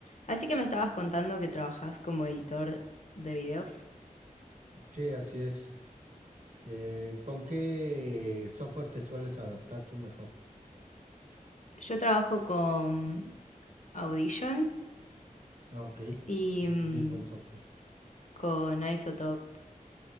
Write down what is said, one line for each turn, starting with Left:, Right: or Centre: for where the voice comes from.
Left: Así que me estabas contando que trabajas como editor de videos.
Right: Sí, así es. Eh, ¿con qué software te sueles adaptar tú mejor?
Left: Yo trabajo con Audition
Right: Ah, ok.
Left: y
Right: Muy,
Left: mm,
Right: muy buen software.
Left: con Isotope